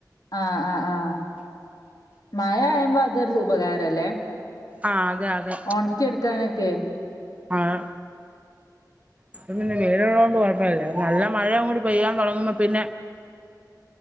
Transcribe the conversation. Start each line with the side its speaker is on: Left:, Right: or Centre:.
Left: ആഹ് ആഹ് ആഹ് മഴയായ്മ്പൊ അതൊരു ഉപകാരല്ലേ
Right: ആഹ് അതെയതെ
Left: ഉണക്കി എടുക്കാനൊക്കെ
Right: അതെ ഇപ്പപ്പിന്നെ വെയിലുള്ളൊണ്ട് കൊയ്പ്പല്ലല്ലോ നല്ല മഴയങ്ങോട്ട് പെയ്യാൻ തൊടങ്ങുമ്പോ പ്പിന്നെ